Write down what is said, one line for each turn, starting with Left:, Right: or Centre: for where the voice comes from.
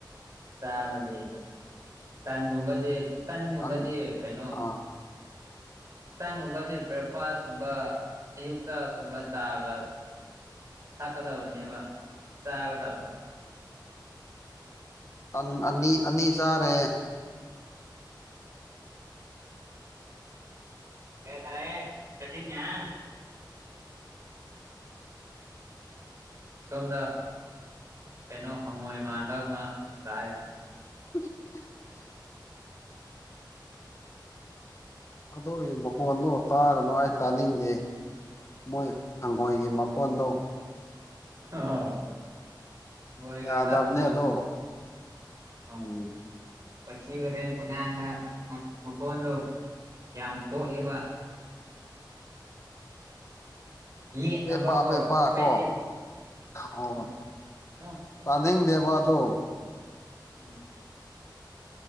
Right: ꯆꯥꯕꯗꯤ ꯇꯟꯒꯨꯝꯕꯗꯤ ꯇꯟꯒꯨꯝꯕꯗꯤ
Left: ꯇꯟ
Right: ꯀꯩꯅꯣ
Left: ꯑꯥ
Right: ꯇꯟ ꯒꯨꯝꯕꯗꯤ ꯕ꯭ꯔꯦꯛꯐꯥꯁ ꯀꯨꯝꯕ ꯑꯌꯨꯛꯇ ꯀꯨꯝꯕ ꯆꯥꯒ ꯊꯛꯀꯗꯕꯅꯦꯕ ꯆꯥꯒꯗꯕꯅꯦꯕ
Left: ꯇꯟ ꯑꯅꯤ ꯑꯅꯤ ꯆꯥꯔꯦ
Right: <unintelligible> ꯁꯣꯝꯅꯥ ꯀꯩꯅꯣ ꯍꯪꯉꯣꯏ ꯃꯥꯟꯕ ꯑꯃ ꯂꯥꯛꯑꯦ
Left: <unintelligible> ꯑꯗꯣꯒꯤ ꯃꯈꯣꯟꯗꯣ ꯇꯥꯔꯅꯣ ꯇꯥꯅꯤꯡꯗꯦ ꯃꯣꯏ ꯍꯪꯉꯣꯏꯒꯤ ꯃꯈꯣꯟꯗꯣ
Right: <unintelligible> ꯍꯉꯣꯏꯒ
Left: ꯌꯥꯗꯕꯅꯦ
Right: ꯆꯄ ꯃꯥꯅꯕꯅꯤ
Left: ꯑꯗꯣ
Right: ꯑꯥ
Left: ꯎꯝ
Right: ꯋꯥꯊꯤ ꯋꯥꯔꯦꯝ ꯄꯉꯥꯟꯗ ꯃꯈꯣꯟꯗꯣ ꯌꯥꯝ ꯍꯣ ꯑꯦꯕ ꯌꯦꯠꯅꯕꯀꯣ
Left: ꯄꯦ ꯄꯥ ꯄꯦ ꯄꯥ
Right: ꯑꯩꯈꯣꯏꯗꯤ
Left: ꯀꯣ
Right: ꯑꯥ
Left: ꯑꯣ
Right: ꯑꯥ ꯑꯥ
Left: ꯇꯥꯅꯤꯡꯗꯦꯕ ꯑꯗꯣ
Right: ꯎꯝ